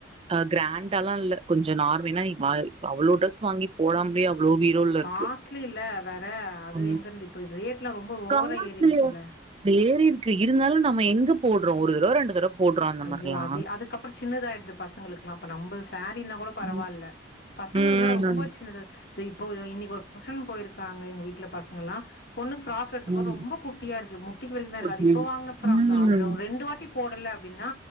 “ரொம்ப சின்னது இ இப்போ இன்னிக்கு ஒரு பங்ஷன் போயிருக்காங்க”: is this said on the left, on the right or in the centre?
Left